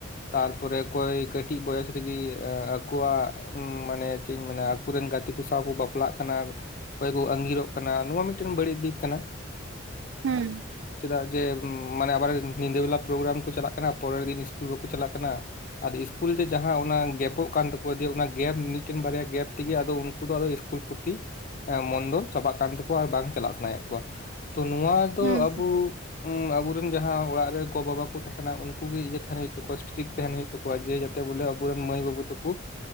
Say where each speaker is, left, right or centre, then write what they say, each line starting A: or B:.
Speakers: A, on the left; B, on the right.
A: ᱛᱟᱨᱯᱚᱨᱮ ᱚᱠᱚᱭ ᱠᱟᱹᱴᱤᱡ ᱵᱚᱭᱮᱥ ᱨᱮᱜᱮ ᱟᱠᱚᱣᱟᱜ ᱢᱟᱱᱮ ᱪᱮᱫ ᱤᱧ ᱢᱮᱱᱟ, ᱟᱠᱚᱨᱮᱱ ᱜᱟᱛᱮ ᱠᱚ ᱥᱟᱶ ᱠᱚ ᱵᱟᱯᱞᱟᱜ ᱠᱟᱱᱟ, ᱚᱠᱚᱭ ᱠᱚ ᱟᱸᱜᱤᱨᱚᱜ ᱠᱟᱱᱟ᱾ ᱱᱚᱣᱟ ᱢᱤᱫᱴᱮᱱ ᱵᱟᱹᱲᱤᱡ ᱫᱤᱠ ᱠᱟᱱᱟ
B: ᱦᱮᱸ ᱦᱮᱸ
A: ᱮ ᱪᱮᱫᱟᱜ ᱡᱮ, ᱢᱟᱱᱮ ᱟᱵᱟᱨ ᱧᱤᱫᱟᱹ ᱵᱮᱞᱟ ᱯᱨᱳᱜᱨᱟᱢ ᱠᱚ ᱪᱟᱞᱟᱜ ᱠᱟᱱᱟ ᱯᱚᱨᱮᱨ ᱫᱤᱱ ᱤᱥᱠᱩᱞ ᱵᱟᱠᱚ ᱪᱟᱞᱟᱜ ᱠᱟᱱᱟ᱾ ᱟᱫᱚ ᱤᱥᱠᱩᱞ ᱨᱮ ᱡᱟᱦᱟᱸ ᱚᱱᱟ ᱜᱮᱯᱚᱜ ᱠᱟᱱ ᱛᱟᱠᱚᱣᱟ ᱡᱮ, ᱚᱱᱟ ᱜᱮᱯ ᱢᱤᱫᱴᱮᱱ ᱵᱟᱨᱭᱟ ᱜᱮᱯ ᱛᱮᱜᱮ ᱟᱫᱚ ᱩᱱᱠᱩ ᱫᱚ ᱟᱫᱚ ᱤᱥᱠᱩᱞ ᱯᱚᱛᱤ ᱢᱚᱱᱫᱚ ᱪᱟᱵᱟᱜ ᱠᱟᱱ ᱛᱟᱠᱚᱣᱟ, ᱟᱨ ᱵᱟᱝ ᱪᱟᱞᱟᱜ ᱥᱟᱱᱟᱭᱮᱫ ᱠᱚᱣᱟ ᱛᱳ ᱱᱚᱣᱟ ᱫᱚ
B: ᱦᱮᱸ
A: ᱟᱵᱚ ᱟᱵᱚᱨᱮᱱ ᱡᱟᱦᱟᱸ ᱚᱲᱟᱜ ᱨᱮ ᱜᱚ ᱵᱟᱵᱟ ᱠᱚ ᱛᱟᱦᱮᱱᱟ ᱩᱱᱠᱩ‌ ᱜᱮ ᱤᱭᱟᱹ ᱛᱟᱦᱮᱸᱱ ᱦᱳᱭᱳᱜ ᱛᱟᱠᱚᱣᱟ ᱮᱥᱴᱤᱨᱤᱠ ᱛᱟᱦᱮᱱ ᱦᱩᱭᱩᱜ ᱛᱟᱠᱚᱣᱟ᱾ ᱡᱮ ᱡᱟᱛᱮ ᱵᱚᱞᱮ ᱟᱵᱚᱨᱮᱱ ᱢᱟᱹᱭ ᱵᱟᱹᱵᱩ ᱛᱟᱠᱚ